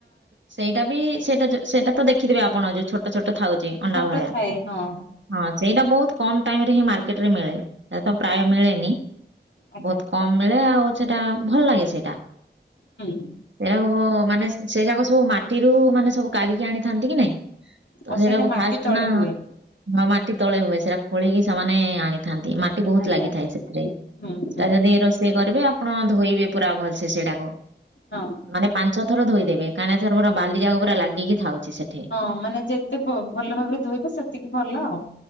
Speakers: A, on the right; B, on the left.
A: ସେଇଟା ବି ସେଇଟା ଯୋ ସେଇଟା ତ ଦେଖିଥିବେ ଆପଣ ଯୋଉ ଛୋଟ ଛୋଟ ଥାଉଛି। ଅଣ୍ଡା
B: ଛୋଟ
A: ଭଳିଆ
B: ଥାଏ ହଁ
A: ହଁ ସେଇଟା ବହୁତ କମ ଟାଇମ ରେ ହିଁ ମାର୍କେଟ ରେ ମିଳେ ଏତ ପ୍ରାୟ ମିଳେନି
B: ଆଜ୍ଞା
A: ବହୁତ କମ ମିଳେ ଆଉ ସେଟା ଭଲ ଲାଗେ ସେଇଟା।
B: ହୁଁ
A: ଏଡାଗୁ ମାନେ ସେ ଯାକ ସବୁ ମାଟିରୁ ମାନେ ସବୁ କାଢିକି ଆଣିଥାନ୍ତି କି ନାଇଁ। ତ
B: ଆଉ
A: ସେଟାକୁ
B: ସେଇଟା ମାଟି
A: ଫାଷ୍ଟ
B: ତଳେ
A: ନା
B: ହୁଏ
A: ଅ ମାଟି ତଳେ ହୁଏ ସେଡାକୁ ଖୋଳିକି ସେମାନେ ଆଣିଥାନ୍ତି ମାଟ ଟିକେ ବହୁତ
B: ଆଜ୍ଞା
A: ଲାଗିଥାଏ ସେଥିରେ
B: ହୁଁ
A: ସେଟା
B: ହୁଁ
A: ଯଦି ରୋଷେଇ କରିବେ ଆପଣ ଧୋଇବେ ପୁରା ଭଲସେ ସେଇଟାକୁ।
B: ହଁ,
A: ମାନେ ପାଞ୍ଚ ଥର ଧୋଇଦବେ <unintelligible> କାନେ ସାର୍ ପୁରର ବାଲିଯାକ ପୁରା ଲାଗିକି ଥାଉଛି ସେଠି,
B: ହଁ ମାନେ ଯେତେ ଭ ଭଲ ଭାବରେ ଧୋଇବ ସେତିକି ଭଲ ଆଉ।